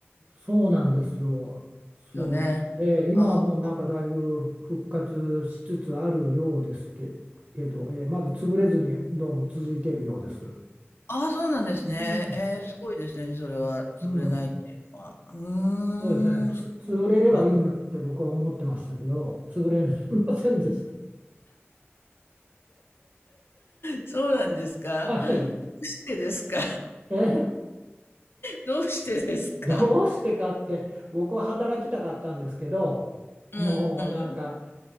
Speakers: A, on the right; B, on the left.
A: そうなんですよ。そう。
B: よね。
A: で、今はもうなんかだいぶ復活しつつあるようですけ、
B: あー
A: けど、えーまだ潰れずにどうも続いてるようです。う
B: あー、そうなんですね。
A: ん。
B: えー、すごいですね。それは、潰れないっていうのは。
A: うん
B: うーん。
A: そうですね、つ、潰れればいいのにって僕は思ってましたけど、
B: あ、
A: 潰れませんでし
B: そうなんですかど
A: た。はい。
B: うしてですか
A: え、
B: どうしてですか
A: どうしてかって、僕は働きたかったんですけど、
B: うん。
A: もうなんか、